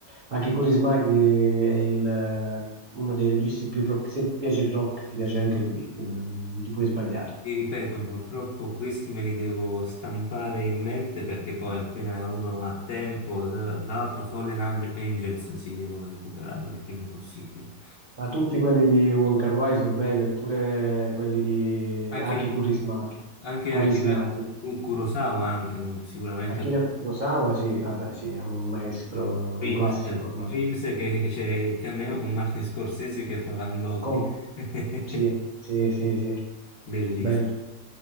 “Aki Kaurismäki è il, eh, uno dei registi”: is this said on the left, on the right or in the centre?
Right